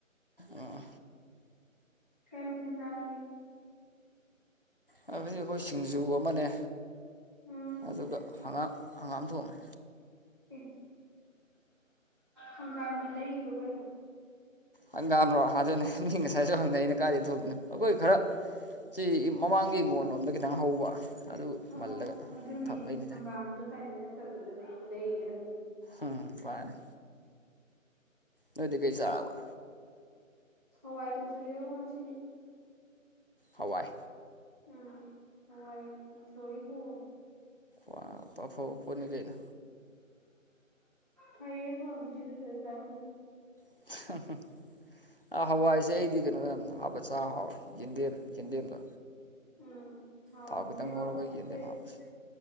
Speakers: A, on the left; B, on the right.
A: ꯑꯥ
B: ꯀꯩ ꯃꯊꯦꯜ ꯆꯥꯔꯒꯦ
A: ꯍꯧꯖꯤꯛ ꯑꯩꯈꯣꯏ ꯁꯤꯡꯖꯨ ꯑꯃꯅꯦ
B: ꯎꯝ
A: ꯑꯗꯨꯒ ꯍꯪꯒꯥꯝ ꯍꯪꯒꯥꯝ ꯊꯣꯡꯉꯦ
B: ꯑꯦ ꯍꯪꯒꯥꯝꯗꯤ ꯂꯩꯔꯣ ꯀꯩꯅꯣ
A: ꯍꯪꯒꯥꯝꯔꯣ ꯑꯗꯨꯅꯦ ꯃꯤ ꯉꯁꯥꯏꯁꯨ ꯍꯪꯅꯩ ꯑꯩꯅ ꯀꯥꯏꯗꯩ ꯊꯣꯡꯏꯅꯣ ꯑꯩꯈꯣꯏ ꯈꯔ ꯁꯤ ꯃꯃꯥꯡꯒꯤ ꯏꯪꯒꯣꯟꯜ ꯂꯣꯝꯗ ꯈꯤꯇꯪ ꯍꯧꯕ ꯑꯗꯨ
B: ꯑꯣ
A: ꯃꯜꯂꯒ
B: ꯑꯗꯨꯅꯦ
A: ꯊꯝꯕꯩꯅꯤꯗ
B: ꯍꯪꯒꯥꯝꯗꯣ ꯇꯥꯏꯃꯤꯡ ꯅꯠꯇꯕꯗꯨꯗꯅꯦ ꯑꯩꯅ ꯂꯩꯔꯤꯔꯥ ꯍꯪꯉꯤ
A: ꯎꯝ ꯚꯥꯏ ꯅꫭꯏꯗꯤ ꯀꯩ ꯆꯥꯔꯕ
B: ꯍꯋꯥꯏ ꯇꯧꯁꯜꯂꯦꯕꯣ ꯉꯁꯤꯗꯤ
A: ꯍꯋꯥꯏ
B: ꯎꯝ ꯍꯋꯥꯏ ꯃꯨꯛꯁꯣꯔꯤ ꯊꯣꯡꯉꯦ
A: <unintelligible> ꯇꯧꯊꯣꯛꯄꯅꯤꯗ ꯑꯩꯅ
B: ꯐꯩꯌꯦ ꯐꯥꯕꯨꯗꯤ ꯑꯗꯨ ꯑꯣꯏꯇꯔꯖꯨ ꯆꯥꯅꯤꯡꯗꯦ
A: <unintelligible> ꯑꯥ ꯍꯋꯥꯏꯁꯦ ꯑꯩꯗꯤ ꯀꯩꯅꯣ ꯌꯥꯝ ꯍꯥꯞꯄ ꯆꯥ ꯍꯥꯎꯋꯦ ꯌꯦꯟꯗꯦꯝ ꯌꯦꯟꯗꯦꯝꯗꯣ
B: ꯎꯝ ꯍꯥꯎꯕꯥꯗꯤ
A: ꯊꯥꯎ ꯈꯤꯇꯪ
B: ꯍꯥꯎꯋꯦ
A: ꯉꯧꯔꯒ
B: ꯌꯦꯟꯗꯦꯝ
A: ꯍꯥꯞꯄꯁꯦ